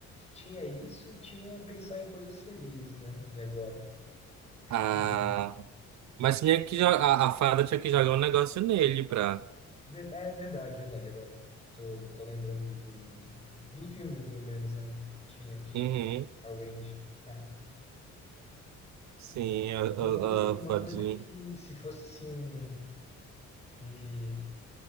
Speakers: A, on the left (about 20°); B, on the right (about 65°).
A: Tinha isso e tinha pensar em coisas felizes, né? E agora? <laughs>
B: Ah, mas tinha que jogar, a, a fada tinha que jogar um negócio nele pra.
A: Ver- É verdade, verdade. Agora tô, tô lembrando do, do filme, pelo menos, né? Tinha, tinha.
B: Uhum,
A: A Wendy. Ah.
B: sim, a, a,
A: Uma coisa,
B: a
A: uma
B: fadinha.
A: coisa que, se fosse assim, um, um-